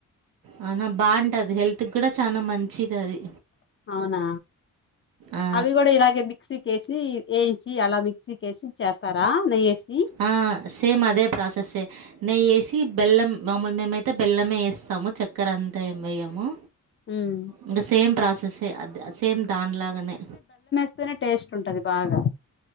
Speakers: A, on the right; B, on the left.
A: అవునా బాగా అంటది హెల్త్ గుడా చాలా మంచిది అది
B: అవునా
A: ఆ,
B: అవి కూడా ఇలాగే మి క్సీ కేసి వేయించి అలా మిక్సీ కేసి చేస్తారా నెయేసి
A: ఆ సేమ్ అదే ప్రాసెస్సే. నెయ్యి ఏసి బెల్లం మామూల్ మేమైతే బెల్లమే ఏస్తాము చక్కెర అంతా ఏం వేయము.
B: ఉమ్
A: ఇంగ సేమ్ ప్రాసెస్సే అద్ సేమ్ దాన్లాగానే.
B: ఇట్లనే టేస్ట్ ఉంటది బాగా.